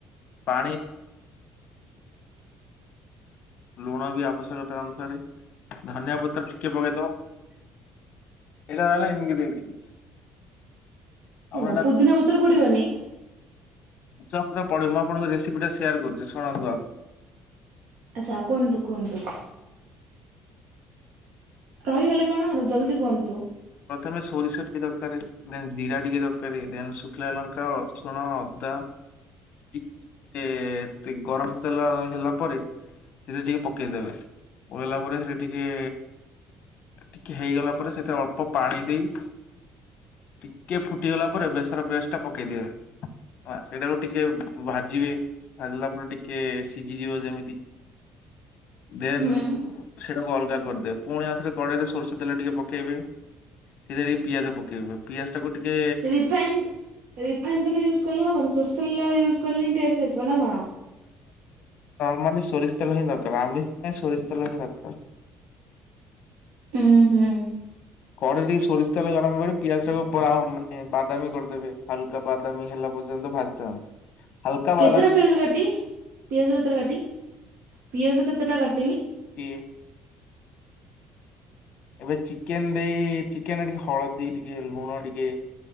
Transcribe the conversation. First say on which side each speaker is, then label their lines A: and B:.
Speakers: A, on the left; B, on the right.
A: ପାଣି ଲୁଣ ବି ଆବଶ୍ୟକତା ଅନୁସାରେ। ଧନିଆ ପତ୍ର ଟିକେ ପକେଇଦବ।
B: <inaudible>
A: <unintelligible> ଆପଣ
B: ଓ
A: ଏଟା
B: ପୋଦିନା ପତ୍ର ପଡ଼ିବନି।
A: ଚା ପଢ଼େ ମୁଁ ଆପଣଙ୍କ ରେସିପି ଟା ସେୟାର କରୁଚି ଶୁଣନ୍ତୁ ଆଗ।
B: ଆଛା କୁହନ୍ତୁ କୁହନ୍ତୁ। ରହିଗଲେ କଣ ଜଲଦି କୁହନ୍ତୁ।
A: ପ୍ରଥମେ ସୋରିଷ ଟିକେ ଦରକାର ଦେନ୍ ଜିରା ଟିକେ ଦରକାର ଦେନ୍ ଶୁଖିଲା ଲଙ୍କା ରସୁଣ ଅ ଦା ଟିକେ ଗରମ ତେଲ ହେଲା ପରେ ସେଥିରେ ଟିକେ ପକେଇଦେବେ ପକେଇଲା ପରେ ସେଟା ଟିକେ ଟିକେ ହେଇଗଲା ପରେ ସେଥିରେ ଅଳ୍ପ ପାଣି ଦେଇ ଟିକେ ଫୁଟିଗଲା ପରେ ବେସର ପିଆଜ ଟା ପକେଇଦିବେ ସେଇଟାକୁ ଟିକେ ଭାଜି ଭାଜିବେ ଭାଜିଲା ପରେ ଟିକେ ସିଝିଯିବ ଯେମିତି
B: <inaudible>
A: ଦେନ୍
B: ହୁଁ
A: ସେଟାକୁ ଅଲଗା କରିଦେବେ ପୁଣି ଆଉଥରେ କଡ଼େଇ ରେ ସୋରିଷ ତେଲ ଟିକେ ପକେଇବେ। ସେଥିରେ ଟିକେ ପିଆଜ ପକେଇବେ ପିଆଜ ଟାକୁ ଟିକେ
B: ରିଫାଇନ୍ ରିଫାଇନ୍ ତେଲ ୟୁଜ୍ କଲେ ହବନି ସୋରିଷ ତେଲରେ ୟୁଜ୍ କଲେ ହିଁ ଟେଷ୍ଟ ଆସିବ ନା କଣ?
A: ନର୍ମାଲି ସରୀଷ ତେଲ ହିଁ ଦରକାର ଆମିଷ ପାଇଁ ସୋରିଷ ତେଲ ହିଁ ଦରକାର।
B: ହୁଁ ହୁଁ।
A: କଡ଼େଇ ରେ ଟିକେ ସୋରିଷ ତେଲେ ଗରମ କରି ପିଆଜ ଟାକୁ ବ୍ରାଉ ବାଦାମୀ କରିଦେବେ ହାଲକା ବାଦାମୀ ହେଲା ପର୍ଯ୍ୟ ଭାଜିଦବା ହଲକା
B: କେତେଟା
A: ବାଦାମି
B: ପିଆଜ କାଟି, ପିଆଜ କେତେଟା କାଟି, ପିଆଜ କେତେଟା କାଟିମି।
A: ଇଏ ଏବେ ଚିକେନ ଦେଇ ଚିକେନ ରେ ଟିକେ ହଳଦୀ ଟିକେ ଲୁଣ ଟିକେ